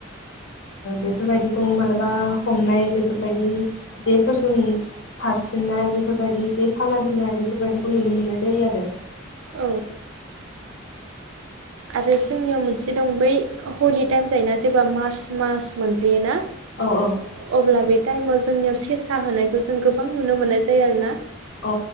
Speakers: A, on the left; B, on the right.
A: बेफोरबायदिखौ मालाबा हमनाय बेफोरबायदि जेफोरजों सारसिननाय बेफोरबायदि जे साना दोननाय बेफोरबायदिखौ नुनो मोननाय जायो आरो।
B: औ आरो जोंनियाव मोनसे दं बै हलि टाइम जायोना जेब्ला मार्च मास मोनफैयोना
A: औ औ
B: अब्ला बे टाइमाव जोंनियाव सेसा होनायखौ जों गोबां नुनो मोननाय जायो आरोना।
A: अ